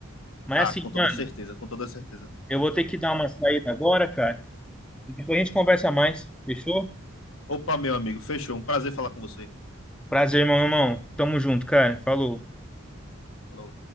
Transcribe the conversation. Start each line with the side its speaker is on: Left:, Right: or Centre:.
Centre: Mas
Left: Ah,
Centre: assim,
Left: com toda
Centre: mano,
Left: certeza, com toda certeza.
Centre: eu vou ter que dar uma saída agora, cara. E depois a gente conversa mais, fechou?
Left: Opa, meu amigo, fechou. Um prazer falar com você.
Centre: Prazer, meu irmão. Tamo junto, cara. Falou.
Left: Falou.